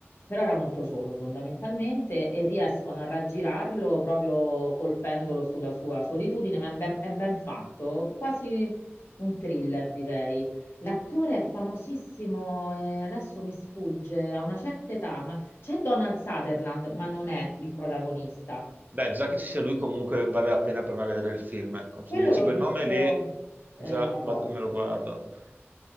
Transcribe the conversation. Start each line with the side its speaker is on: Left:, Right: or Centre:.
Left: però era molto solo fondamentalmente e riescono a raggirarlo proprio colpendolo sulla sua solitudine, ma è ben, è ben fatto, quasi un thriller direi. L'attore è famosissimo, eh, adesso mi sfugge, a una certa età, ma c'è Donald Sutherland, ma non è il protagonista.
Right: Dai, già che ci sia lui, comunque vale la pena per me vedere il film. Ecco.
Left: Quello
Right: Se mi dici
Left: l'ho
Right: quel
Left: visto
Right: nome lì,
Left: eh,
Right: già
Left: da poco.
Right: vado- me lo guardo. <laughs>